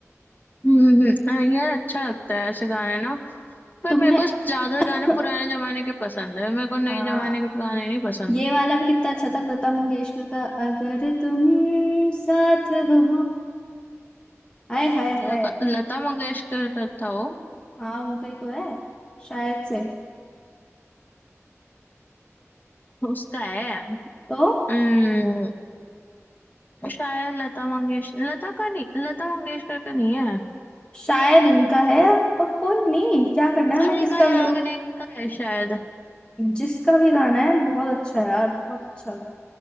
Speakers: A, on the left; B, on the left.
A: हम्म, हम्म, हाँ, यार अच्छा लगता है ऐसे गाने ना पर
B: तुमने
A: मेरे को ज्यादा गाने
B: <laughs>
A: पुराने जमाने के पसंद है मेरे को नए
B: हाँ
A: जमाने के गाने नहीं पसंद
B: ये वाला भी कितना अच्छा था लता मंगेशकर का अगर तुम साथ हो हाय हाय हाय
A: लका- लता मंगेशकर का था वो
B: हाँ उनका ही तो है शायद से
A: उसका है
B: तो
A: हम्म, शायद लता मंगेशकर लता का नहीं लता मंगेशकर का नहीं है
B: शायद उनका है अब पर कोई नहीं क्या करना है हमें
A: अलका
B: किसका
A: याग्निक
B: भी हो
A: का है शायद
B: जिसका भी गाना है बहुत अच्छा है यार बहुत अच्छा लगा